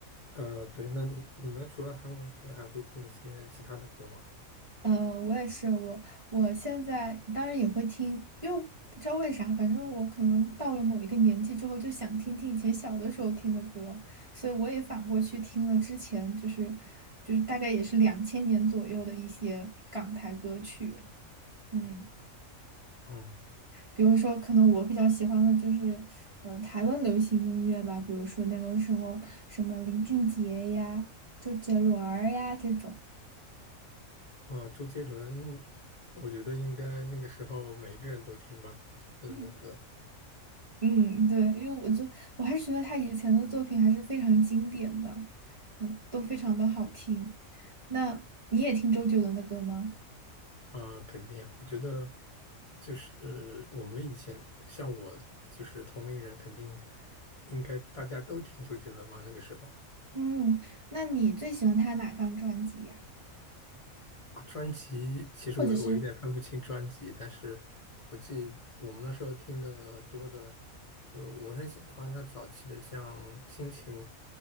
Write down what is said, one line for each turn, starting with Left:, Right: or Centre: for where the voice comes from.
Left: 呃，对，那你你呢？除了韩文歌，还会听一些其他的歌吗？
Right: 呃，我也是，我我现在当然也会听，因为不知道为啥，反正我可能到了某一个年纪之后，就想听听以前小的时候听的歌，所以我也反过去听了之前，就是就是大概也是两千年左右的一些港台歌曲，嗯。
Left: 嗯，
Right: 比如说，可能我比较喜欢的就是，呃，台湾流行音乐吧，比如说那个时候什么林俊杰呀、周杰伦儿呀这种。
Left: 哦，周杰伦，我觉得应该那个时候每个人都听吧，周杰伦的歌。
Right: 嗯嗯，对，因为我就我还是觉得他以前的作品还是非常经典的，嗯，都非常的好听。那你也听周杰伦的歌吗？
Left: 啊，肯定，我觉得就是我们以前像我就是同龄人，肯定应该大家都听周杰伦嘛。那个时候
Right: 嗯，那你最喜欢他哪张专辑呀？
Left: 啊，专辑其实我我有点分不清专辑，
Right: 或者是，
Left: 但是我记得我们那时候听的多的，就是我很喜欢他早期的，像《心情》、